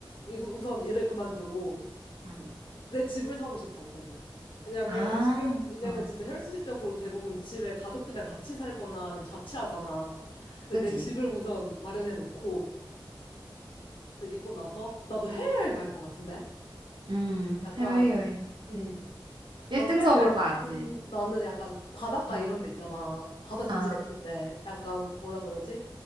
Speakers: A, on the left (about 75°); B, on the right (about 65°).
A: 이- 우선 일을 그만두고
B: 응.
A: 내 집을 사고 싶어 우선은. 왜냐면
B: 아,
A: 지금 이제는
B: 어.
A: 진짜 현실적으로 대부분 집에 가족들이랑 같이 살거나 아니면 자취하잖아. 근데
B: 그치?
A: 내 집을 우선 마련해 놓고 그리고 나서 나도 해외여행 갈 것 같은데?
B: 음,
A: 약간
B: 해외여행. 그치.
A: 음.
B: 일등석으로
A: 막 해외여행
B: 가야지.
A: 보통 나는 약간 바닷가
B: 어,
A: 이런 데 있잖아. 바다 진짜
B: 아,
A: 예쁜데. 약간 뭐라 그러지?